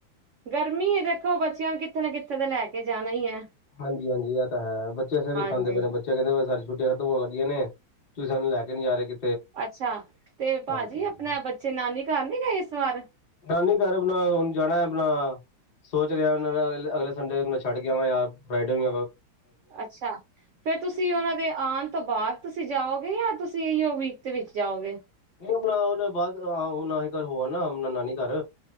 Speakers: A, on the right; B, on the left.
A: ਗਰਮੀ ਹੈ ਦੇਖੋ, ਬੱਚਿਆਂ ਨੂੰ ਕਿੱਥੇ ਨਾ ਕਿੱਥੇ ਤਾਂ ਲੈ ਕੇ ਜਾਣਾ ਹੀ ਹੈ।
B: ਹਾਂਜੀ ਹਾਂਜੀ ਇਹ ਤਾਂ ਹੈ, ਬੱਚੇ ਸਿਰ ਵੀ
A: ਹਾਂਜੀ
B: ਖਾਂਦੇ ਪਏ ਨੇ ੱਬਚੇ ਕਹਿੰਦੇ ਪਏ ਆਂ ਛੱਟੀਆ ਖਤਮ ਹੋਣ ਲਗੀਆ ਨੇ, ਤੁਸੀਂ ਸਾਨੂੰ ਲੈ ਕੇ ਨੀ ਜਾ ਰਹੇ।
A: ਅੱਛਾ, ਤੇ ਭਾਜੀ
B: ਹਾਂਜੀ ਹਾਂਜੀ
A: ਆਪਣੇ ਬੱਚੇ ਨਾਨੀ ਘਰ ਨੀ ਗਏ ਇਸ ਵਾਰ?
B: ਨਾਨੀ ਕਰ ਅਪਣਾ ਹੁਣ ਜਾਣਾ ਹੈ ਆਪਣਾ ਸੋਚ ਰਿਹਾ ਉਹਨਾਂ ਨੇ ਅਗਲੇ ਸੰਡੇ ਮੈਂ ਛੱਡ ਕੇ ਆਵਾ, ਯਾ ਫਰਾਈਡੇ ਵੀ
A: ਅੱਛਾ, ਫੇਰ ਤੁਸੀਂ ਉਹਨਾਂ ਦੇ ਆਉਣ ਤੋਂ ਬਾਅਦ ਤੁਸੀਂ ਜਾਓਗੇ ਜਾਂ ਤੁਸੀਂ ਇਹੀਓ ਵੀਕ ਦੇ ਵਿੱਚ ਜਾਓਗੇ?
B: ਨਹੀਂ ਉਹ ਬਾਅਦ, ਆਹ ਉਹ ਨਾ ਇਹ ਘਰ ਹੋ ਆਨ ਨ ਨਾਨੀ ਘਰ